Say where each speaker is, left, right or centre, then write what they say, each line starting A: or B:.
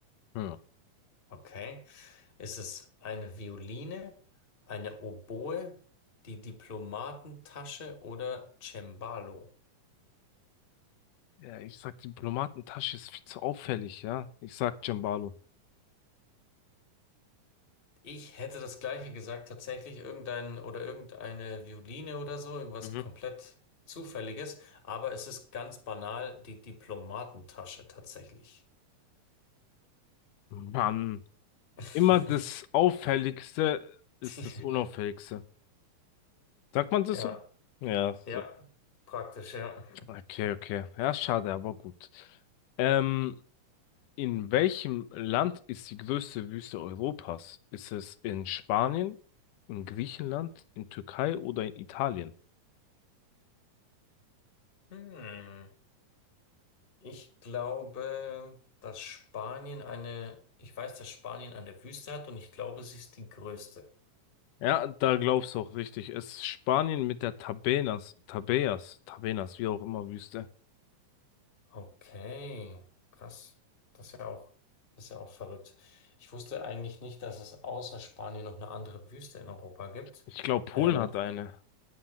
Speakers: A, on the left; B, on the left.
A: Ja.
B: Okay. Ist es eine Violine, eine Oboe, die Diplomatentasche oder Cembalo?
A: Ja, ich sag, Diplomatentasche ist viel zu auffällig, ja. Ich sag Cembalo.
B: Ich hätte das Gleiche gesagt, tatsächlich irgendein oder irgendeine Violine oder so, irgendwas
A: Mhm.
B: komplett Zufälliges, aber es ist ganz banal die Diplomatentasche tatsächlich.
A: Mann.
B: <laughs>
A: Immer das Auffälligste ist
B: Die,
A: das Unauffälligste. Sagt man das
B: ja,
A: so? Ja,
B: ja,
A: so
B: praktisch, ja.
A: Okay, okay. Ja, schade, aber gut. Ähm, in welchem Land ist die größte Wüste Europas? Ist es in Spanien, in Griechenland, in Türkei oder in Italien?
B: <laughs> Hm. Ich glaube, dass Spanien eine, ich weiß, dass Spanien eine Wüste hat und ich glaube, sie ist die größte.
A: Ja, da glaubst du auch richtig. Es ist Spanien mit der Tabenas, Tabeas, Tabenas, wie auch immer Wüste.
B: Okay, krass. Das ist ja auch, das ist ja auch verrückt. Ich wusste eigentlich nicht, dass es außer Spanien noch eine andere Wüste in Europa gibt.
A: Ich glaube, Polen
B: Ähm,
A: hat eine.